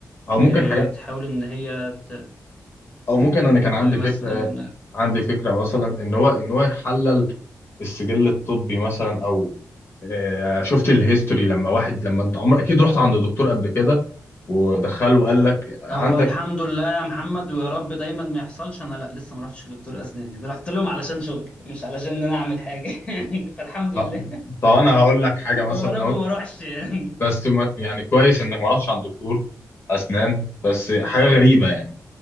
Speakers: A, on the left; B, on the left.
A: بتحاول
B: او ممكن حاجه
A: ان هي ت-
B: او ممكن انا كان
A: تقول
B: عندي
A: لي مثلا
B: فكره
A: اللي في دماغك
B: عندي فكره مثلا ان هو ان هو يحلل السجل الطبي مثلا او آه، شفت الهيستوري لما واحد لما انت عمر اكيد رحت عند دكتور قبل كده ودخله وقال لك عندك
A: هو الحمد لله يا محمد ويا رب دايما ما يحصلش انا لا لسه ما رحتش لدكتور اسنان يعني رحت لهم علشان شغل مش علشان ان انا اعمل حاجة <laughs> فالحمد
B: آه،
A: لله
B: طب انا هقول لك حاجه
A: <laughs>
B: مثلا
A: ويا رب
B: لو
A: ما اروحش يعني
B: بس ما يعني كويس انك ما رحتش عند دكتور اسنان بس حاجه غريبه يعني